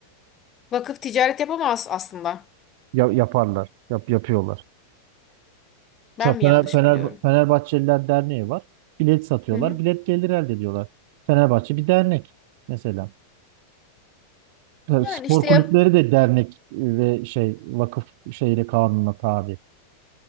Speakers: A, on the left (about 25°); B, on the right (about 45°).
A: vakıf ticaret yapamaz aslında.
B: Ya- yaparlar, yap yapıyorlar. Mesela
A: Ben mi
B: Fener,
A: yanlış
B: Fener,
A: biliyorum?
B: Fenerbahçeliler Derneği var. Bilet satıyorlar,
A: Hı hı.
B: bilet gelir elde ediyorlar. Fenerbahçe bir dernek mesela. Tabii
A: Yani
B: spor
A: işte
B: kulüpleri
A: yap,
B: de dernek e, ve şey vakıf şeyle kanuna tabi.